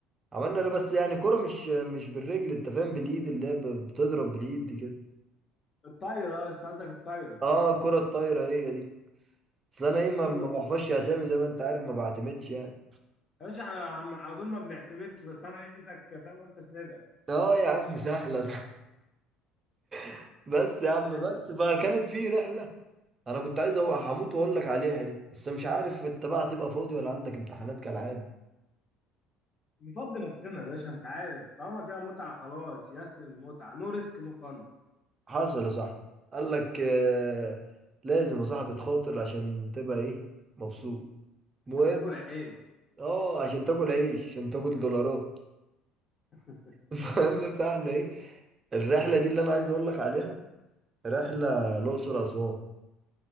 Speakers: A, on the right; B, on the left.
A: عملنا ده بس يعني كرة مش مش بالرجل انت فاهم بالايد اللي هي ب- بتضرب بالايد دي كده
B: الطايره اه أنت قصدك الطايره
A: اه الكرة الطايرة هي دي اصل انا ايه ما
B: حلوه
A: ما بحفظش
B: دي
A: اسامي زي ما انت عارف ما بعتمدش يعني
B: يا باشا احنا عم- على طول ما بنعتمدش بس انا لقيتك فاهم قلت اسندك
A: اه يا عم سهلة <laughs> بس يا عم
B: حلوه
A: بس فكانت في رحلة انا كنت عايز أو- هموت واقول لك عليها دي بس مش عارف انت بقى هتبقى فاضي ولا عندك امتحانات كالعادة
B: نفضي نفسنا يا باشا انت عارف طالما فيها متعه خلاص ياس للمتعه نو ريسك نو فن
A: حصل يا صاحبي قال لك آه لازم يا صاحبي تخاطر عشان تبقى ايه مبسوط مهم
B: عشان تاكل عيش
A: اه عشان تاكل عيش عشان تاكل دولارات
B: <laughs>
A: المهم فاحنا ايه الرحله دي اللي انا عايز اقول لك عليها رحله الاقصر اسوان